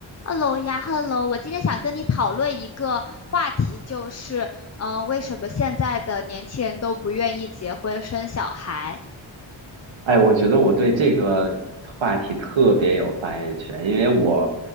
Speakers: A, on the left; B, on the right.
A: Hello 呀，Hello，我今天想跟你讨论一个话题，就是，嗯、为什么现在的年轻人都不愿意结婚生小孩？
B: 哎，我觉得我对这个话题特别有发言权，因为我